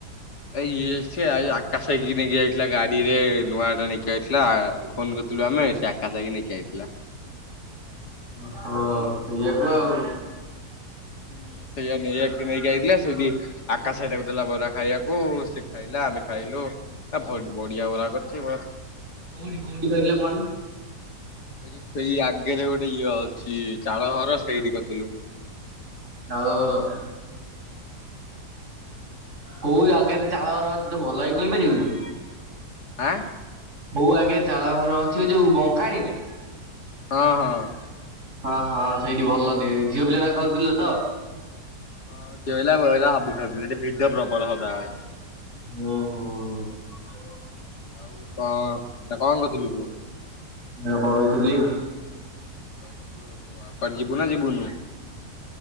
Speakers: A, on the left; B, on the right.
A: ଏ ଇଏ ସିଏ ଆଇ ଆକାଶ ଭାଇକି ନେଇକି ଯାଇଥିଲା ଗାଡିରେ ନୂଆଗଡ ନେଇକି ଯାଇଥିଲା ଆ-ଫୋନ କରି ଥିଲୁ ଆମେ ସିଏ ଆକାଶ ଭାଇକି ନେଇକି ଆଇଥିଲା।
B: ଓହୋ ସେଇଆକୁ ଆଉ।
A: ହୁଁ ସେଇଆ ନେଇଆଇ-ନେଇକି ଆଇଥିଲା ସେଇଠି ଆକାଶ ଭାଇ ତାକୁ ଦେଲା ବରା ଖାଇବାକୁ ସିଏ ଖାଇଲା ଆମେ ଖାଇଲୁ। ଏ-ଭ-ବଢିଆ ବରା କରଚି ବ
B: କୋଉଠି କୋଉଠି ଖାଇଥିଲ କହନି?
A: ଏଇ ଯୋଉ ସେଇ ଆଗେରେ ଗୋଟେ ଇଏ ଅଛି ଚାଳଘର ସେଇଠି କରଥିଲୁ।
B: ନାଳଘର? କୋଉ ଆଗେରେ ଚାଳଘର ଅଛି ତ ଭଲକି କହିପାରିବୁନୁ?
A: ଆଁ
B: କୋଉ ଆଗରେ ଚାଳଘର ଅଛି ଏ ଯୋଉ ବଙ୍କାଣୀରେ?
A: ହଁ ହଁ।
B: ହଁ ହଁ ସେଇଠି ଭଲ ଟିକେ ଝିଅ ପିଲାରା ଖାଉଥୁଲେ ତ।
A: ହଁ ଝିଅପିଲା ପୁଅପିଲା ସବୁ ଖାଉଥୁଲେ ହେଠି ଭିଡ ପ୍ରବଳ ସଦାବେଳେ।
B: ଓହୋ।
A: ଆଉ କଣ ଏଇନା କଣ କରଥୁଲୁ ତୁ?
B: ଏବେ ବଇଥିଲି।
A: ବଇଥିଲୁ ଆଉ କୁଆଡେ ଯିବୁ ନା ଯିବୁୁନୁ?